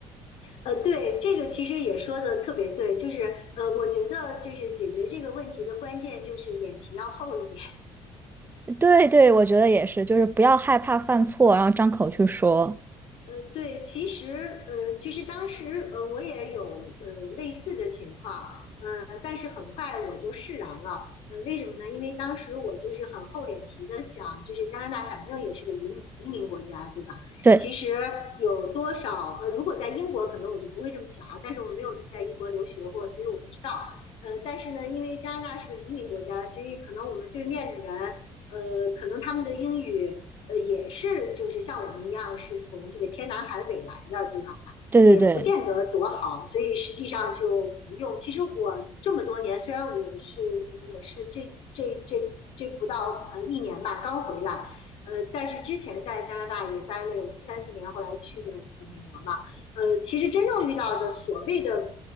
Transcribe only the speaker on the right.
对对，我觉得也是，就是不要害怕犯错，然后张口去说。
对
对对对，